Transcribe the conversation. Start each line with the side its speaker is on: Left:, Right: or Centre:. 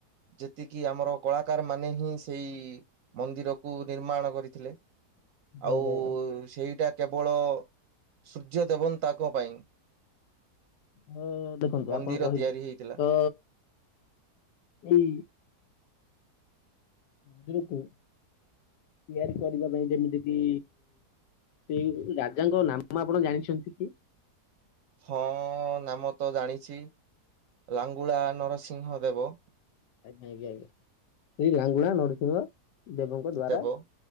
Right: ଯେତିକି ଆମର କଳାକାର ମାନେ ହିଁ ସେଇ ମନ୍ଦିରକୁ ନିର୍ମାଣ କରିଥିଲେ।
Left: ଜୟ
Right: ଆଉ
Left: ଜଗନ୍ନାଥ।
Right: ସେଇଟା କେବଳ ସୂର୍ଯ୍ୟ ଦେବତାଙ୍କ ପାଇଁ।
Left: ହଁ ଦେଖନ୍ତୁ
Right: ମନ୍ଦିର
Left: ଆପଣ କହିଲେ
Right: ତିଆରି ହେଇଥିଲା।
Left: ତ ଏଇ ମନ୍ଦିରକୁ ତିଆରି କରିବା ପାଇଁ ଯେମିତିକି ସେଇ ରାଜାଙ୍କ ନାମ ଆପଣ ଜାଣିଛନ୍ତି କି?
Right: ହଁ ନାମ ତ ଜାଣିଛି ଲାଙ୍ଗୁଳା ନରସିଂହ ଦେବ।
Left: ଆଜ୍ଞା ଆଜ୍ଞା ଆଜ୍ଞା ସେଇ ଲାଙ୍ଗୁଳା ନରସିଂହ ଦେବଙ୍କ ଦ୍ଵାରା
Right: ଦେବ